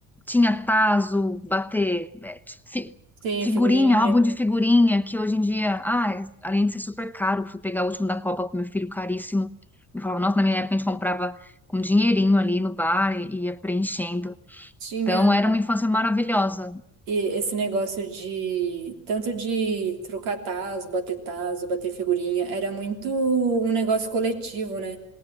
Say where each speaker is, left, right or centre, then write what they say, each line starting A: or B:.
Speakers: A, in the centre; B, on the right.
A: Tinha tazo, bater, é, ti- fi-
B: Sim,
A: figurinha,
B: figurinha.
A: álbum de figurinha, que hoje em dia, ah, é- além de ser super caro, fui pegar o último da Copa com meu filho, caríssimo. Eu falava, nossa, na minha época a gente comprava com dinheirinho ali no bar e ia preenchendo.
B: Tinha.
A: Então era uma infância maravilhosa.
B: E esse negócio de tanto de trocar tazo, bater tazo, bater figurinha, era muito um negócio coletivo, né?